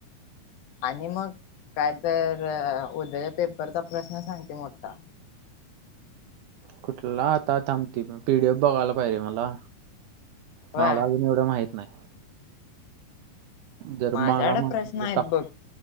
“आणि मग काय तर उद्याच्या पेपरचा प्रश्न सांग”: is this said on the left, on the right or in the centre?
Left